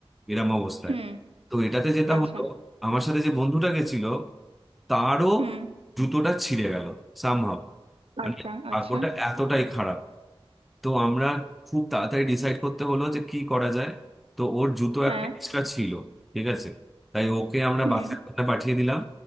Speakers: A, in the centre; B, on the right.
A: এরম অবস্থায়
B: হুম
A: তো এটাতে যেটা
B: আচ্ছা
A: হলো আমার সাথে যে বন্ধুটা গেছিল তারও
B: হুম
A: জুতোটা ছিঁড়ে গেল সামহাও মানে
B: আচ্ছা
A: ভাগ্যটা
B: আচ্ছা
A: এতটাই খারাপ তো আমরা খুব তাড়াতাড়ি ডিসাইড করতে হলো যে কি করা যায় তো ওর জুতো
B: হ্যাঁ
A: একটা এক্সট্রা ছিল ঠিক আছে তাই ওকে আমরা
B: হুম
A: বাসের ওখানে পাঠিয়ে দিলাম